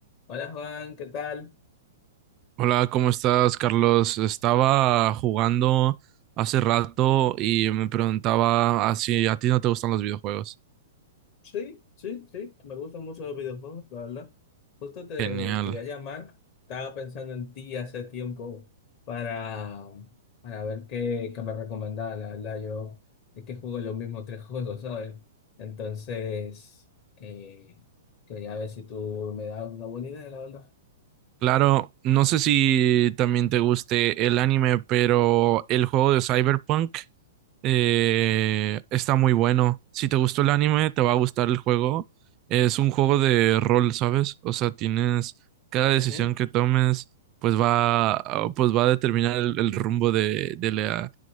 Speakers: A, on the left (about 35°); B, on the right (about 30°).
A: Hola Juan, ¿qué tal?
B: Hola, ¿cómo estás, Carlos? Estaba jugando hace rato y me preguntaba ah, si a ti no te gustan los videojuegos.
A: Sí, sí, sí, me gustan mucho los videojuegos, la verdad. Justo te
B: Genial.
A: quería llamar, estaba pensando en ti hace tiempo para, para ver qué, qué me recomendaba, la verdad. Yo es que juego los mismos tres <laughs> juegos, ¿sabes? Entonces, eh, quería ver si tú me das una buena idea, la verdad.
B: Claro, no sé si también te guste el anime, pero el juego de Cyberpunk Eh, está muy bueno. Si te gustó el anime, te va a gustar el juego. Es un juego de rol, ¿sabes? O sea, tienes cada decisión
A: Ujú.
B: que tomes, pues va, a- pues va a determinar el, el rumbo de, de la-